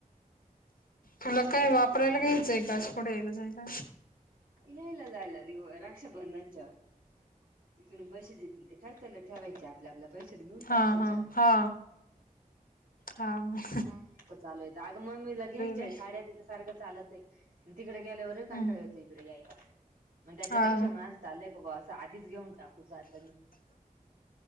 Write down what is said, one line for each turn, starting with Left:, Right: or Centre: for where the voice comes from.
Left: तुला काय वापरायला
Right: अ
Left: घ्यायचं आहे गच पुढे यायला जायला.
Right: यायला जायला तो रक्षाबंधनाच्या. तिकडून पैसे ते खर्चला ठेवायचे आपल्या आपल्या पैशच घेऊन
Left: हा
Right: टाकायच्या.
Left: हा हा हा मग.
Right: मग चालूयं अग मग मीला घ्यायच्याय
Left: बाई
Right: साड्या तिथ सारखं चालत आहे तिकडे गेल्यावर. लय कंटाळ
Left: हम्म
Right: येतंय इकडे यायला. मंग त्याच्यापेक्षा
Left: हा
Right: मंग झालंय असं आधीच घेऊन टाकू जातानी.